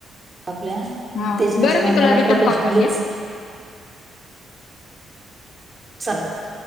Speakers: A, on the right; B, on the left.
A: आपल्या म्हणून
B: हा
A: तेच तेच
B: बरं मी तुला
A: मला
B: रिटर्न
A: प्रोफेशनलीच
B: कॉल करते हा
A: चलतय